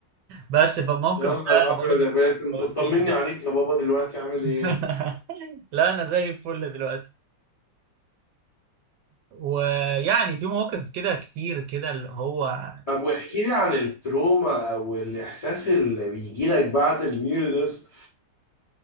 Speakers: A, on the right; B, on the left.
A: بس فالموقف
B: يا
A: ده
B: نهار ابيض
A: برضه
B: يا باسم انت
A: خوفني
B: طمني
A: أوي.
B: عليك يا بابا دلوقتي عامل
A: <laughs>
B: ايه
A: لا انا زي الفل دلوقتي ويعني في مواقف كده كتير كده اللي هو
B: طب واحكي لي عن التروما او الاحساس اللي بيجي لك بعد الميوردس